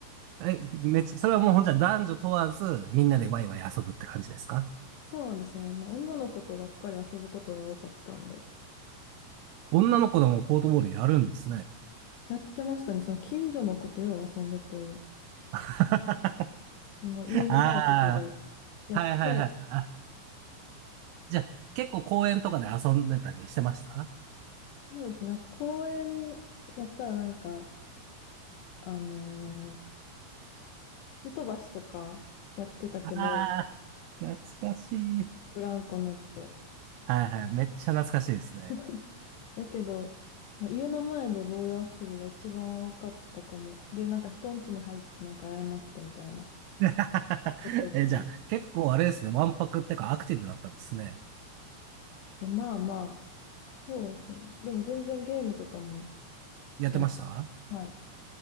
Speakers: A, on the right; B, on the left.
A: あ、え、めっちゃ、それはもうほんじゃ男女問わず、みんなでワイワイ遊ぶって感じですか
B: そうですね。まあ、女の子とばっかり遊ぶことが多かったんで、
A: 女の子でもポートボールやるんですね。
B: えっとやってましたね。その近所の子とよう遊んでて、
A: <laughs>
B: その家の前とかで
A: ああ、
B: やって、
A: はいはいはい。あ、じゃあ、結構公園とかで遊んでたりしてました
B: そうですね。なんか公園やったらなんか、あのー靴飛ばしとかやってたけど、
A: ああー、懐かしい。
B: ブランコ乗って。
A: はいはい。めっちゃ懐かしいですね。
B: <laughs> やけど、まあ、家の前でボール遊びが一番多かったかも。で、なんか人ん家に入ってなんか謝ってみたいな。
A: <laughs>
B: よくやってました。
A: え、じゃあ、結構あれですね。わんぱくってかアクティブだったんですね。
B: いや、まあまあ、そうですね。でも全然ゲームとかもしてました。
A: やってました
B: はい。